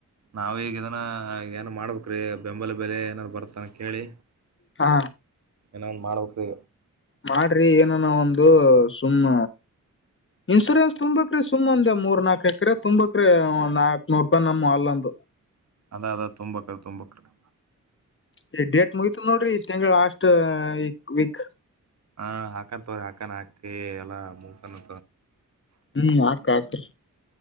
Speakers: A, on the right (about 55°); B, on the left (about 40°).
A: ನಾವೀಗ ಇದನ್ನ ಏನು ಮಾಡ್ಬೇಕ್ರೀ ಬೆಂಬಲ ಬೆಲೆ ಏನಾದಾರ್ ಬರ್ತಾನ ಕೇಳಿ
B: ಹಾ
A: ಏನೋ ಒಂದು ಮಾಡಬೇಕು್ರೀ
B: ಮಾಡ್ರಿ ಏನನ ಒಂದು ಸುಮ್ಮ್ ಇನ್ಸೂರೆನ್ಸ್ ತುಂಬಬೇಕಕ್ರ ಸು್ ಒಂದ ಮೂರ್ ನಲ್ಕಕ್ ಎಕ್ರೆ ತುಂಬಬೇಕಕ್ರೀ ಒ ನಾಕಕ್ನೂರ್ ರೂಪಾಯಿ ನಮ್ಮ ಅಲ್ಲೊಂದು
A: ಅದಾದ ಅದು ತುಂಬಕರು ತುಂಬಕ್ಕರು
B: ಈ ಡೇಟ್ ಮುಗತ ನೋಡ್ರಿ ತಿಂಗಳ ಲಾಸ್ಟ್ ಈ ವೀಕ್
A: ಹ ಹಾಕನ್ ತವ್ರಿ ಹಾಕನ್ ಹಾಕಿ ಎಲ್ಲಾ ಮುಗಸನ್
B: ಹ್ಮ್ ಆತ ಆತ್ರಿ